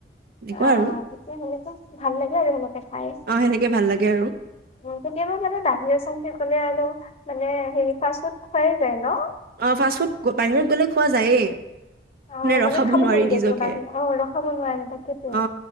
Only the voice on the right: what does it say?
এনেকুৱা
আৰু
অ সেনেকে ভাল লাগে আৰু
অ ফাষ্ট ফুড বাহিৰত গ'লে খোৱা যায়েই
ৰখাব
নোৱাৰি
নিজকে
অ